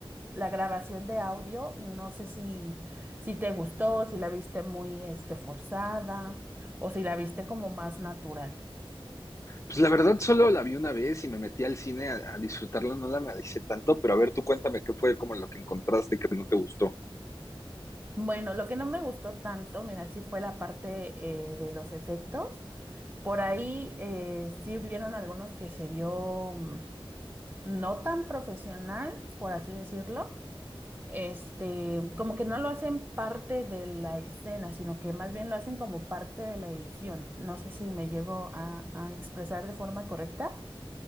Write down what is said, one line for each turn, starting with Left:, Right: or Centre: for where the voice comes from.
Right: la grabación de audio, no sé si, si te gustó, si la viste muy, este, forzada, o si la viste como más natural.
Left: pues la verdad solo la vi una vez y me metí al cine a, a disfrutarla, no la analicé tanto, pero a ver, tú cuéntame qué fue como lo que encontraste que no te gustó.
Right: Bueno, lo que no me gustó tanto, mira, sí fue la parte eh, de los efectos. Por ahí eh, sí hubieron algunos que se vio mm, no tan profesional, por así decirlo. Este, como que no lo hacen parte de la escena, sino que más bien lo hacen como parte de la edición. No sé si me llego a, a expresar de forma correcta.